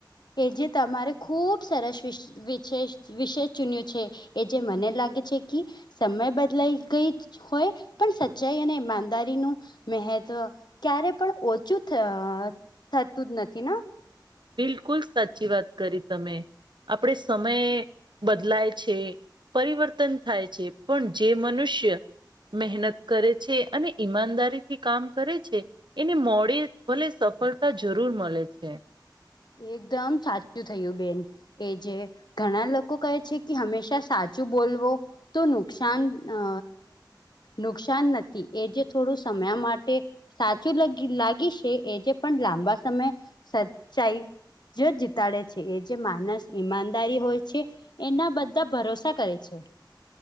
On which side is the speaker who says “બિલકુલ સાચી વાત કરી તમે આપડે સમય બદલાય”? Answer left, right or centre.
Right